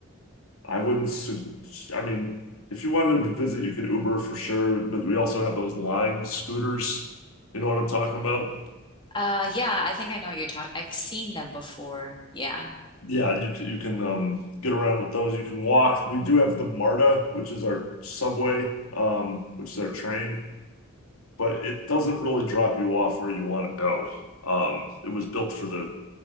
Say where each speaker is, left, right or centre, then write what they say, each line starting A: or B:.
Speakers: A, on the left (about 75°); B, on the left (about 20°).
A: I wouldn't. sug- I mean, if you wanted to visit, you could Uber for sure. But we also have those Lime scooters. You know what I'm talking about?
B: Uh, yeah, I think I know what you're talking. I've seen them before. Yeah.
A: Yeah, you can you can um, get around with those. You can walk. We do have the MARTA, which is our subway, um, which is our train, but it doesn't really drop you off where you want to go. Um, it was built for the